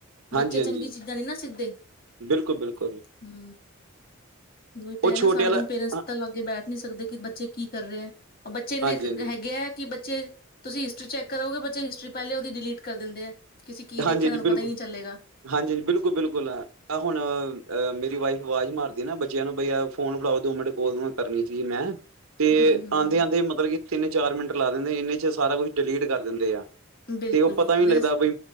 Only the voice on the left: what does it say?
ਬੱਚੇ
ਚੰਗੀ ਚੀਜ਼ਾਂ ਨੀ ਨਾ ਸਿੱਖਦੇ ਹ।
ਉਹੀ ਤਾਂ
ਹੈ
ਨਾ ਸਾਰਾ
ਦਿਨ ਪੇਰੈਂਟਸ
ਤਾਂ ਲਾਗੇ ਬੈਠ ਨੀ ਸਕਦੇ ਕਿ ਬੱਚੇ ਕੀ ਕਰ ਰਹੇ ਹੈ ਬੱਚੇ ਇੰਨੇ
ਹੈਗੇ ਹੈ ਕਿ ਤੁਸੀਂ ਹਿਸਟਰੀ ਚੈੱ ਕਰੋਗੇ ਬੱਚੇ ਹਿਸਟਰੀ ਪਹਿਲੇ ਉਹਦੀ ਡਿਲੀਟ ਕਰ ਦਿੰਦੇ ਆ। ਤੁਸੀਂ ਕੀ ਦੇਖਿਆ
ਤੁਹਾਨੂੰ
ਪਤਾ ਹੀ ਨਹੀਂ ਚੱਲੇਗਾ
ਹੂੰ ਹੂੰ
ਹੂੰ ਬਿਲਕੁਲ
ਬਿਲਕੁਲ
ਇਸ